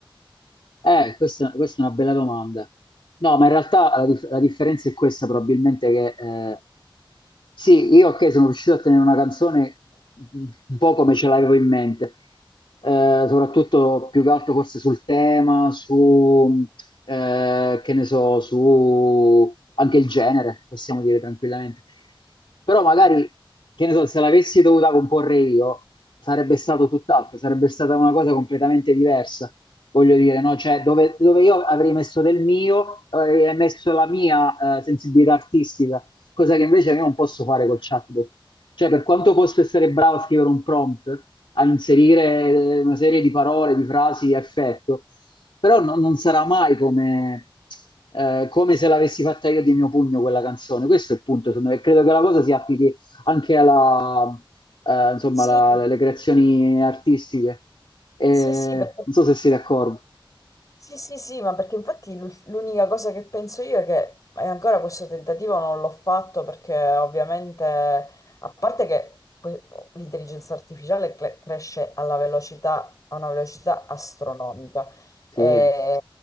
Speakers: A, on the left; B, on the left.
A: Eh, questa, questa è una bella domanda. No, ma in realtà la, dif- la differenza è questa, probabilmente che eh, Sì, io ok, sono riuscito a tenere una canzone un po' come ce l'avevo in mente, Eh, soprattutto più che altro forse sul tema, su, eh, che ne so, su anche il genere, possiamo dire tranquillamente. Però magari, che ne so, se l'avessi dovuta comporre io, sarebbe stato tutt'altro, sarebbe stata una cosa completamente diversa. Voglio dire, no? Cioè, dove, dove io avrei messo del mio, avrei messo la mia, eh, sensibilità artistica cosa che invece io non posso fare col chatbot. Cioè, per quanto posso essere bravo a scrivere un prompt, a inserire eh, una serie di parole, di frasi a effetto, però no- non sarà mai come, eh, come se l'avessi fatta io di mio pugno quella canzone. Questo è il punto, secondo me. Credo che la cosa si applichi anche alla, eh, insomma,
B: Sì,
A: la- alle creazioni artistiche. Eh,
B: sì, sì, perché
A: non so se siete d'accordo.
B: Sì, sì, sì, ma perché infatti l'ul- l'unica cosa che penso io è che e ancora questo tentativo non l'ho fatto perché ovviamente, a parte che que- l'intelligenza artificiale cre- cresce alla velocità, a una velocità astronomica, e
A: Sì,